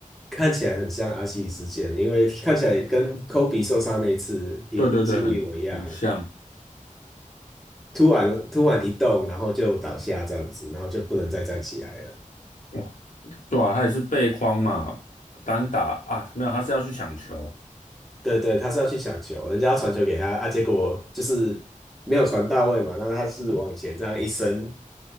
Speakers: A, in the centre; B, on the left (about 65°).
A: 看起来很像阿西事件，因为看起来跟科比受伤那一次一几乎一模一样，
B: 对对对，很很像。
A: 突然突然一动，然后就倒下这样子，然后就不能再站起来了。
B: 哇，对啊，他也是背框嘛，单打啊，没有，他是要去抢球。
A: 对对，他是要去抢球，人家要传球给他啊，结果就是没有传到位嘛，那他是往前这样一伸。